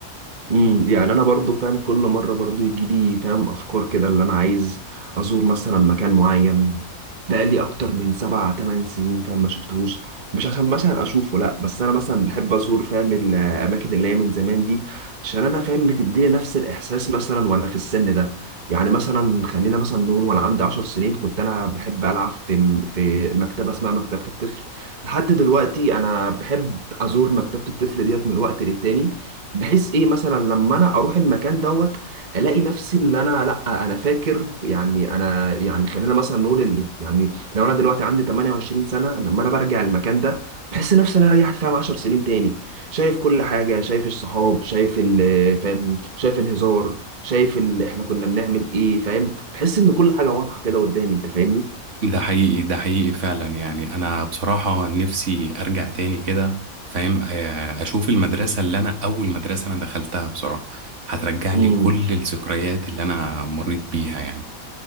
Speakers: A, on the right (about 35°); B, on the right (about 60°).
A: امم يعني انا برضو فاهم كل مره برضو يجي لي فاهم افكار كده اللي انا عايز ازور مثلا مكان معين بقالي اكتر من سبع تمن سنين فاهم ما شفتهوش مش عشان مثلا اشوفه لا بس انا مثلا بحب ازور فاهم الاماكن اللي هي من زمان دي عشان انا فاهم بتديني نفس الاحساس مثلا وانا في السن ده يعني مثلا خلينا مثلا نقول وانا عندي 10 سنين كنت انا بحب العب في في مكتبه اسمها مكتبه الطفل لحد دلوقتي انا بحب ازور مكتبه الطفل ديت من وقت للتاني بحيث ايه مثلا لما انا اروح المكان دوت الاقي نفسي اللي انا لا انا فاكر يعني انا يعني خلينا مثلا نقول ان يعني لو انا دلوقتي عندي 28 سنه لما انا برجع المكان ده بحس نفسي ان انا رجعت فاهم 10 سنين تاني شايف كل حاجه شايف الصحاب شايف ال فاهم شايف الهزار شايف ال احنا كنا بنعمل ايه فاهم بحس ان كل حاجه واضحه كده قدامي انت فاهمني
B: ده حقيقي ده حقيقي فعلا يعني انا بصراحة نفسي ارجع تاني كده فاهم آه اشوف المدرسة اللي انا اول مدرسة انا دخلتها بصراحة هترجع
A: امم
B: لي كل الذكريات اللي انا مريت بيها يعني